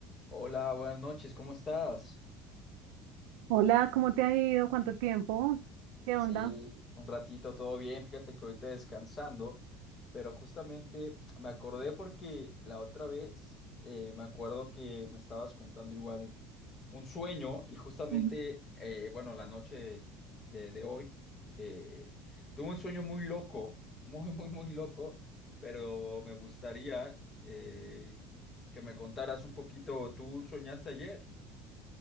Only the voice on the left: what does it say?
Hola, buenas noches, ¿cómo estás?
Sí,
un ratito, todo bien, fíjate que ahorita descansando, pero justamente me acordé porque la otra vez eh, me acuerdo que me estabas contando igual un sueño y justamente,
eh, bueno, la noche de, de hoy, eh, tuve un sueño muy loco, <laughs> muy, muy, muy loco, pero me gustaría eh, que me contaras un poquito, ¿tú soñaste ayer?